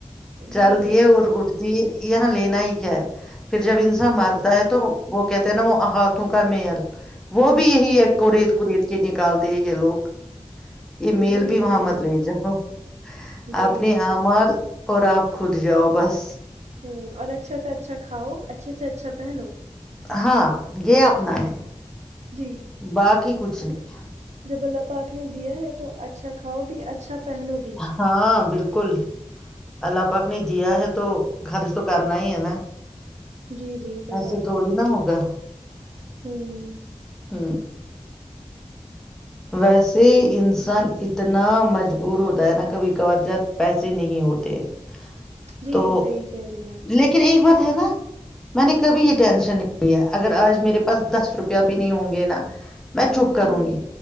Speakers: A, on the right; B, in the centre.
A: جی
B: چل
A: جی
B: دی ہے اور اٹھ دی ہے یہاں لین ہی کیا ہے پھر جب انسان
A: جی
B: مرتا ہے تو وہ کہتے ہیں نا وہ ہاتھوں کا میل وہ بھی یہی
A: ہوں
B: ہے کوریت کوریت کے نکالتے ہی یہ لوگ <unintelligible> یہ میل
A: جی
B: بھی وہاں
A: جی
B: مت لے جاؤ
A: جی
B: اپپ نے امر اور آپ خود جاؤ بس
A: ہ اور اچھا سے اچھا کھاؤ اچھے سے اچھا پہنو
B: ہاں یہ اپنا ہے <unintelligible>
A: جی
B: باقی کچھ نہیں
A: بلہ پاک نے دیا ہے تو اچھا کھاؤ بھی اچھا پہنو بھی
B: ہاں بالکل بال کل اللہ پاک نے دیا ہے تو خرچ تو کرنا ہی ہے نا
A: جی جی صحیح
B: ایسے
A: بات
B: تھوڑی
A: ہے
B: نہا ہوگا
A: ہوں
B: ہ ویسے انسان اتنا مجبور ہوتا ہے نا کبھی کبار جات پیسے نہیں ہوتے ہیں
A: جی
B: تو
A: صحیح کہہ رہی ہیں آپ۔
B: لیکن ایک بات ہے نا میں نے کبھی یہ ٹینشن نہیں لیا اگر آج میرے پاس دس روپیہ بھی نہیں ہوں گے نا میں چوپ کروں
A: ہوں
B: گی